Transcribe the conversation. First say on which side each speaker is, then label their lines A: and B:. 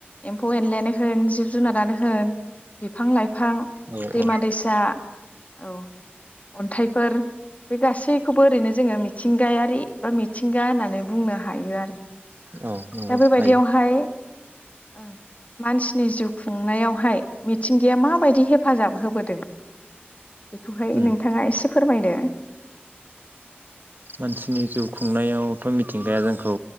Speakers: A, on the left (about 35°); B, on the right (about 55°).
A: एम्फौ एनलायानो होन जिब जुनादानो होन बिफां लाइफ फां
B: औ
A: दैमा
B: औ
A: दैसा औ अन्थाइफोर बे गासैखौबो ओरैनो जोङो मिथिंगायारि बा मिथिंगा होननानै बुंनो हायो आरो।
B: औ नंगौ
A: दा बेबायदियावहाय
B: हायो
A: ओं मानसिनि जिउ खुंनायावहाय मिथिंगाया माबायदि हेफाजाब होबोदों? बेखौहाय
B: उम
A: नोंथाङा एसे फोरमायदो।
B: मानसिनि जिउ खुंनायावथ' मिथिंगाया जोंखौ